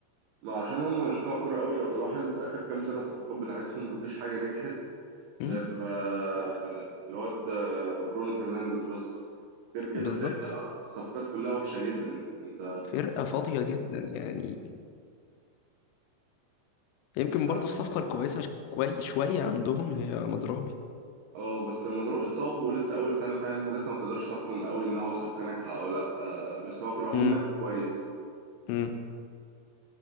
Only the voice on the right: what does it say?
ما عشان هم مش بتوع كورة قوي لو تلاحظ آخر كام سنة الصفقات بتاعتهم مفيش حاجة نجحت
غير آه، الواد آه، برونو فرنانديز بس غير كده
تلاقي الصفقات كلها وحشة جدا انت
مش
ه-
اه بس مزروع اتصاب ولسه اول سنة فاهم فلسه ما تقدرش تحكم قوي ان هو صفقة ناجحة او لا آه، بس هو في العموم
ماشي كويس